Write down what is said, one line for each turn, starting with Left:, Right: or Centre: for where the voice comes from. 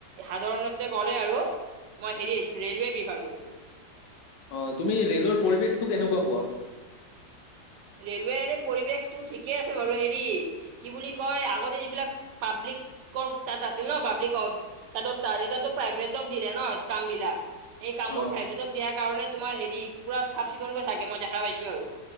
Right: সাধাৰণতে গ'লে আৰু মই হেৰিত ৰেলৱে ব্যভাৰ কৰোঁ।
Left: অ তুমি ৰে'লৰ পৰিৱেশটো কেনেকুৱা পোৱা?
Right: ৰেলৱে এনেই পৰিৱেশতটো ঠিকে আছে বাৰু হেৰি কি বুলি কয় আগতে যিবিলাক পাব্লিকৰ তাত আছিল ন পাব্লিকৰ তাত এতিতো চাইব্ৰ দব দিলে ন কাম বিলাক। এই কামবোৰ
Left: অ
Right: প্ৰাইভেটক দিয়াৰ কাৰণে তোমাৰ হেৰি পুৰা চাফ চিকুণকৈ থাকে মই দেখা পাইছো আৰু।